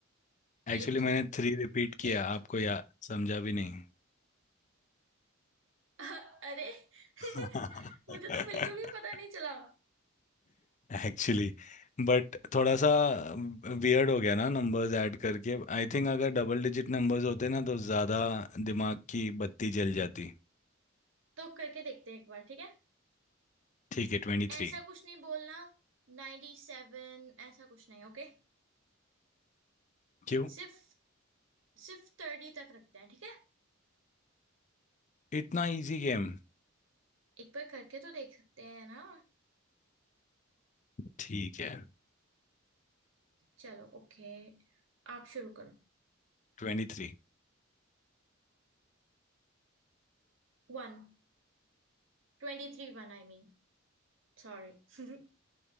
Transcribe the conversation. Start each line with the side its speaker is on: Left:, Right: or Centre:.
Left: Actually
Right: Eight
Left: मैंने three repeat किया
Right: Eight
Left: आपको या समझा भी नहीं
Right: <laughs> अरे
Left: <laughs>
Right: <laughs> मुझे तो बिल्कुल भी पता नहीं चला
Left: Actually but थोड़ा सा weird हो गया ना नंबर्स ऐड करके आई थिंक अगर डबल डिजिट नंबर्स होते ना तो ज़्यादा दिमाग की बत्ती जल जाती
Right: तो करके देखते हैं एक बार ठीक है
Left: ठीक है ट्वेंटी
Right: ऐसा
Left: थ्री
Right: कुछ नहीं बोलना नाइन्टी सेवन ऐसा कुछ नहीं ओके
Left: क्यों
Right: सिर्फ सिर्फ थर्टी तक रखते हैं ठीक है
Left: इतना इजी गेम
Right: एक बार करके तो देख सकते हैं ना
Left: ठीक है
Right: चलो ओके आप शुरू करो
Left: ट्वेंटी थ्री
Right: One Twenty three one I mean sorry <laughs>